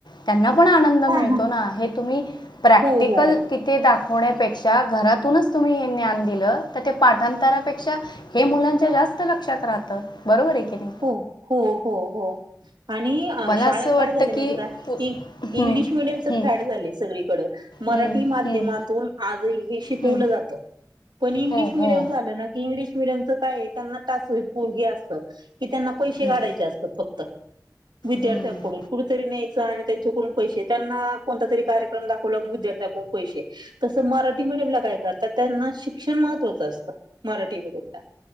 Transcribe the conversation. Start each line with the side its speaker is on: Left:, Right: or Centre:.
Left: त्यांनां पणं आनंद
Right: हा
Left: <unintelligible> आहे तुम्ही प्रँक्टिकल
Right: हो हो
Left: किती दाखव- ण्यापेक्षा घरातूनच तुम्ही हे ज्ञान दिलं, तर ते पाठांतरापेक्षा- हे मुलांच्या जास्त लक्षात राहत, बरोबर आहे की नाही?
Right: हो, हो, हो, हो आणि
Left: मला
Right: शाळात
Left: असं वाटतं
Right: काय झाली माहिती
Left: की
Right: का? ती-
Left: पु- हम्म,
Right: इंग्लिश मिडियमच
Left: हम्म,
Right: फॅड झालय सगळीकड, मराठी
Left: हम्म,
Right: माध्यमातून-
Left: हम्म,
Right: आज इंग्लिश शिकवलं
Left: हम्म.
Right: जात, पण इंग्लिश
Left: हो
Right: मिडियम
Left: हो
Right: झाल ना की इंग्लिश - मिडीयमच काय त्यांना तास <unintelligible> असत की त्यांना पैसे
Left: हम्म,
Right: काढायचे असतात फक्त. विद्यार्थ्यांकडून.
Left: हम्म.
Right: कुठेतरी न्याय- च, आणायच, त्यांच्याकडून पैशे, त्यांना कोणता तरी कार्यक्रम दाखवला की विद्यार्थ्याकडून पैशे. तसं मराठी मीडियमला काय करतात, त्यांना शिक्षण महत्वाचं असतं मराठी मडियमला.